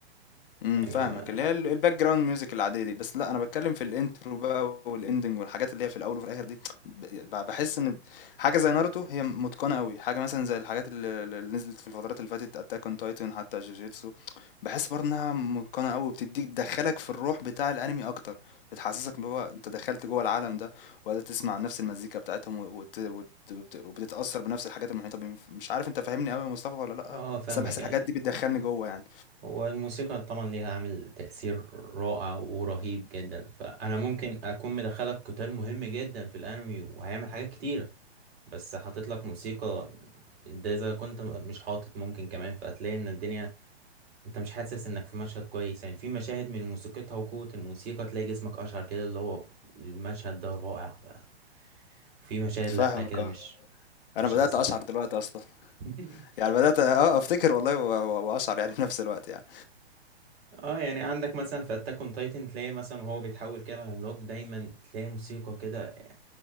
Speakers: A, on the left; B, on the right.
A: إمم،
B: يعني
A: فاهمك،
B: ما
A: اللي هي ال الbackground music العادية دي، بس لأ أنا باتكلم في الintro بقى والending والحاجات اللي هي في الأول وفي الآخر دي ب ب باحس إن حاجة زي ناروتو هي متقنة أوي، حاجة مثلًا زي الحاجات ال اللي نزلت في الفترات اللي فاتت Attack on Titan حتى جوجيتسو، باحس برضه إنها متقنة أوي وبتدّيك بتدخّلك في الروح بتاع الأنمي أكتر، بتحسسك إن هو أنت دخلت جوّه العالم ده وقاعد تسمع نفس المزيكا بتاعتهم وت وت وت وبت- وبتتأثّر بنفس الحاجات المحيطة بيهم، ف مش عارف أنت فاهمني أوي يا مصطفى والّا لأ؟
B: اه فاهمك
A: بس أنا باحس الحاجات
B: يعني
A: دي بتدخّلني جوّه يعني.
B: هو الموسيقى طبعا ليها عامل تأثير رائع ورهيب جدا فأنا ممكن أكون مدخلك قتال مهم جدا في الأنمي وهيعمل حاجات كتيرة بس حاطط لك موسيقى ده إذا كنت مش حاطط ممكن كمان فهتلاقي إن الدنيا أنت مش حاسس إنك في مشهد كويس يعني في مشاهد من موسيقتها وقوة الموسيقى تلاقي جسمك أشعر كده اللي هو المشهد ده رائع بقى وفي مشاهد
A: فاهمك
B: لأ كده
A: آه.
B: مش مش
A: أنا بدأت
B: أحسن
A: أشعر
B: حاجة
A: دلوقتي أصلًا،
B: <laughs>
A: يعني بدأت آه أفتكر والله و و وأشعر يعني <laughs> في نفس الوقت يعني،
B: اه يعني عندك مثلا في اتاك اون تايتن تلاقي مثلا وهو بيتحول كده لعملاق دايما تلاقي موسيقى كده